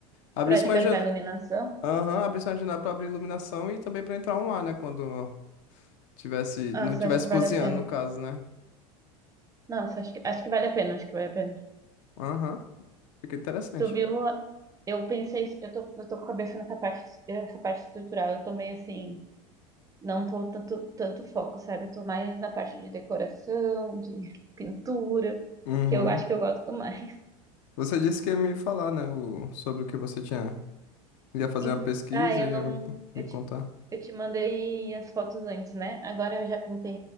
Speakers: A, on the left; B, on the right.
A: abrisse
B: Pra, tipo,
A: uma janela.
B: entrar em iluminação.
A: Aham, abrisse uma janela pra abrir iluminação e também pra entrar um ar, né? Quando. Tivesse,
B: Ah,
A: não
B: você
A: tivesse
B: acha que
A: cozinhando,
B: vale a pena?
A: no caso, né?
B: Nossa, acho que, acho que vale a pena, acho que vale a pena.
A: Aham, fica interessante.
B: Tu viu? a- Eu pensei, eu tô, eu tô com a cabeça nessa parte, essa parte estrutural, eu tô meio assim, não tô tanto, tanto foco, sabe? Eu tô mais na parte de decoração, de pintura,
A: Uhum.
B: que eu acho que eu gosto mais.
A: Você disse que ia me falar, né, o, sobre o que você tinha. Ia fazer
B: Então,
A: uma pesquisa
B: ah, eu
A: e
B: não.
A: ia me, me
B: Eu
A: contar.
B: te, eu te mandei as fotos antes, né? Agora eu já pintei.